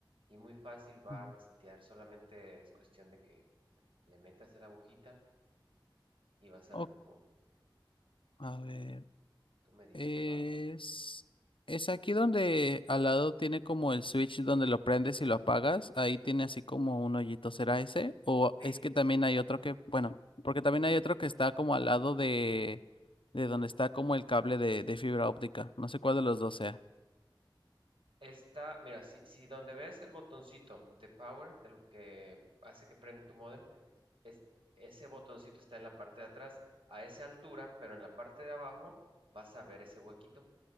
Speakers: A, on the right; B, on the left.
A: y muy fácil va
B: Ujú.
A: a resetear. Solamente es cuestión de que le metas la agujita y vas a
B: Ok,
A: ver cómo
B: a
A: tú,
B: ver.
A: tú me dices,
B: Es,
A: ¿va?
B: es aquí donde al lado tiene como el switch donde lo prendes y lo apagas. Ahí tiene así como un hoyito. ¿Será ese? O
A: Sí.
B: es que también hay otro que, bueno, porque también
A: A
B: hay
A: ver.
B: otro que está como al lado de, de donde está como el cable de, de fibra óptica. No sé cuál de los dos sea.
A: Está, mira, si, si donde ves el botoncito de power, el que hace que prenda tu modem, es, ese botoncito está en la parte de atrás, a esa altura, pero en la parte de abajo vas a ver ese huequito.